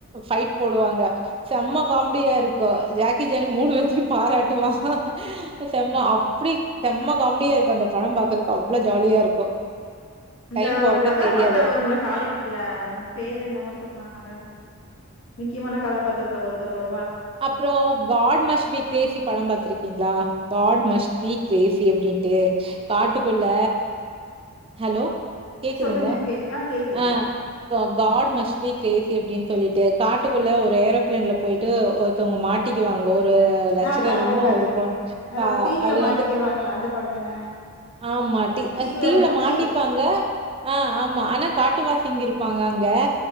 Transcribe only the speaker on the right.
ஃபைட் போடுவாங்க செம்ம‌ காமடியா இருக்கு ஜாக்க ஜாக்கிஜான் மூனு வேத்தயு பாராட்டுவா செம்ம அப்பிடி செம்மா காமடியா இருக்கு அந்த பட பாக்குறதுக்கு அவ்ளோ ஜாலியா இருக்கு
டைம் போறதே
தெரியாது
அப்றோ காட் மஷ்வீத்தேசி படம் பாத்திருக்கீங்ளா காட் மஷ்வீத் கேசி அப்டின்ட்டு காட்டுக்குள்ள ஹலோ
கேக்குதுங்ளா
அ காடு மஷ்வீத் கேசி அப்டின்னு சொல்லிட்டு காட்டுக்குள்ள ஒரு ஏரோபிளேன்ல போயிட்டு ஒருத்தவங்க மாட்டிக்குவாங்க ஒரு ஒரு லட்சிரம்
இருமோ
ஒரு பொ
அது
வந்து
ஆ மாட்டி
தீவுல
மாட்டிப்பாங்க ஆ ஆமா ஆனா காட்டு வாசிங்க இருப்பாங்க அங்க